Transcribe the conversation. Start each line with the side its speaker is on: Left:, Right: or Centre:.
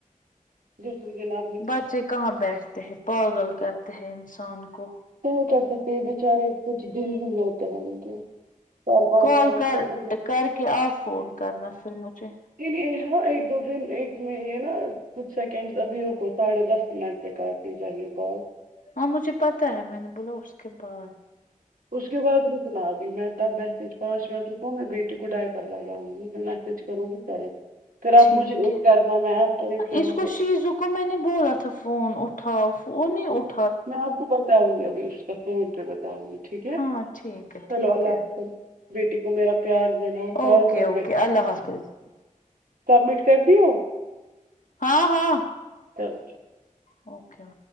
Right: دوسری جناب
Left: بچے کہاں بیٹھتے ہیں پاگل کرتے ہیں انسان کو
Right: کیا کر سکتے ہیں بچارے کچھ دن ہی ہوتے ہیں ان کے چار پانچ
Left: کال
Right: سال
Left: کر
Right: پھر بھی
Left: کر کے آپ فون کرنا پھر مجھے
Right: چلیے ہاں ایک دو دن ایک میں ہے نا کچھ سیکنڈ ابھی رک ساڑھے دس منٹ پہ کاٹنی چاہیے کال
Left: ہاں مجھے پتا ہے میں نے بولا اس کے بعد
Right: تو اس کے بعد رکنا ابھی میں تب میسج پانچ منٹ رکوں میں بیٹی کو ڈائی پر لگاؤں گی میں میسج کروں گی کرے پھر آپ
Left: ٹھیک
Right: مجھے ایک
Left: ہے
Right: کرنا میں آپ کو یہ کروں
Left: اس کو
Right: گی
Left: شیزو میں نے بولا تھا فون اٹھاؤ فون نہیں اٹ
Right: میں آپ کو بتاؤں گی ابھی اس کا فون پہ بتاؤں گا ٹھیک ہے
Left: ہاں ٹھیک ہے
Right: چلو
Left: ٹھیک
Right: اللہ
Left: ہے
Right: حافظ بیٹی کو میرا پیار دین اور کال
Left: اوکے
Right: سبٹ
Left: اوکے اللہ حافظ
Right: سبمٹ کر د ہو
Left: ہاں ہاں
Right: چلو <unintelligible>
Left: اوکے